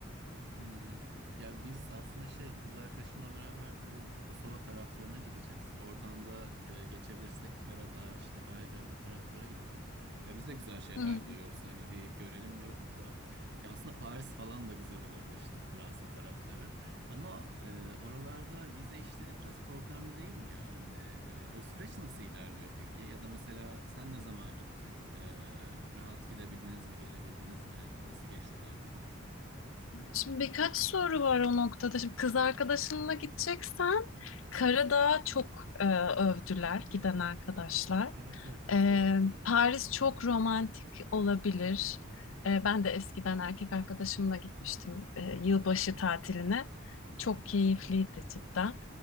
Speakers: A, on the right; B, on the left.
A: Hı hı. Ya biz aslında şey kız arkadaşımla beraber bu Kosova taraflarına gideceğiz. Oradan da e, geçebilirsek Karadağ, işte Belgrad o taraflara gideceğiz. Ya biz de güzel şeyler
B: Hı.
A: duyuyoruz. Yani bir görelim diyoruz da. Ya aslında Paris falan da güzel olabilir işte Fransa tarafları. Ama e, oralarda vize işleri biraz problemli değil mi ya? Hani e, o süreç nasıl ilerliyor peki? Ya da mesela sen ne zaman gittin? E, rahat gidebildiniz mi, gelebildiniz mi? Nasıl geçti tatiliniz?
B: Şimdi birkaç soru var o noktada. Şimdi kız arkadaşınla gideceksen Karadağ'ı çok e, övdüler giden arkadaşlar.
A: Evet evet biz
B: E,
A: de orayı duyduk
B: Paris
A: hep.
B: çok romantik olabilir. E, ben de eskiden erkek arkadaşımla gitmiştim e, yılbaşı tatiline.
A: Hı
B: Çok
A: hı,
B: keyifliydi cidden.